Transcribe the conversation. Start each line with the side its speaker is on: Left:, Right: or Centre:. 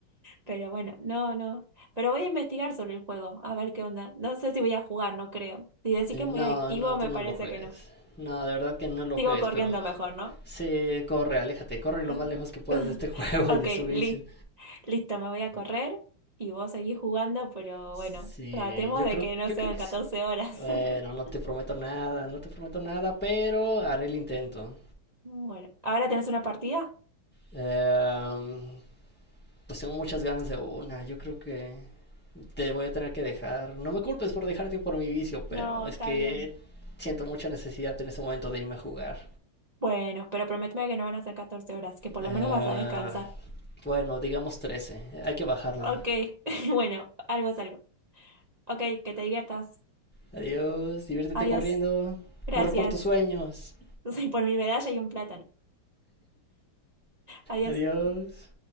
Right: Pero bueno, no, no. Pero voy a investigar sobre el juego, a ver qué onda. No sé si voy a jugar, no creo. Si decís
Centre: Eh,
Right: que es
Centre: No,
Right: muy adictivo,
Centre: no, tú
Right: me
Centre: no
Right: parece
Centre: lo juegues.
Right: que no.
Centre: No, de verdad que no lo
Right: Sigo
Centre: juegues,
Right: corriendo
Centre: pero
Right: mejor, ¿no?
Centre: sí, corre, aléjate, corre lo
Right: <laughs>
Centre: más lejos que puedas de este <laughs> juego
Right: Ok,
Centre: y de su vicio.
Right: listo. Listo, me voy a correr y vos seguís jugando, pero
Centre: Sí,
Right: bueno, tratemos
Centre: yo
Right: de
Centre: creo,
Right: que no
Centre: yo
Right: sean
Centre: creo que
Right: 14
Centre: sí.
Right: horas.
Centre: Bueno,
Right: <laughs>
Centre: no te prometo nada, no te prometo nada, pero haré el intento.
Right: Bueno, ¿ahora tenés una partida?
Centre: Em, pues tengo muchas ganas de una, yo creo que te voy a tener que dejar. No me culpes por dejarte por mi vicio,
Right: No,
Centre: pero es
Right: está
Centre: que
Right: bien.
Centre: siento mucha necesidad en este momento de irme a jugar.
Right: Bueno, pero prométeme que no van a ser 14 horas, que por
Centre: Eh,
Right: lo menos vas a descansar.
Centre: bueno, digamos trece Hay que bajarle.
Right: Ok, <laughs> bueno, algo es algo. Ok, que te diviertas.
Centre: Adiós. Diviértete
Right: Adiós.
Centre: corriendo.
Right: Gracias.
Centre: Corre por tus sueños.
Right: <laughs> Por mi medalla y un plátano. Adiós.
Centre: Adiós.